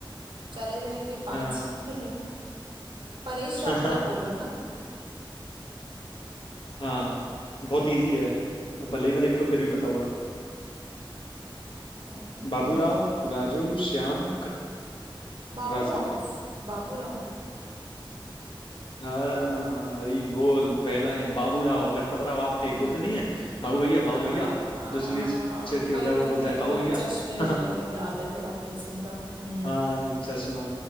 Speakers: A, on the right (about 65°); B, on the left (about 70°).
A: चले जाएंगे पांच
B: हाँ
A: <laughs> परेश
B: <laughs>
A: रावल का बोल रहे हो ना
B: हाँ बहुत इजी है भले ही ना देखे हो फिर भी पता होगा
A: हाँ
B: बाबू राव राजू
A: हाँ
B: श्याम
A: बाबूराव
B: खचरा सेठ
A: बाबूराव
B: हाँ हरी बोल पहला है बाबू राव गणपत राव आपटे
A: ये
B: बोलते नहीं है बाबू भैया बाबू
A: हाँ
B: भैया
A: हाँ
B: जो
A: हाँ
B: सुनील शेट्टी
A: वही
B: होता है
A: वही
B: वो बोलता
A: वही
B: है बाबू
A: वही
B: भैया
A: चश्मे
B: <laughs>
A: वाले वो याद है थोड़ा फेस उनका हम्म
B: हाँ चश्मा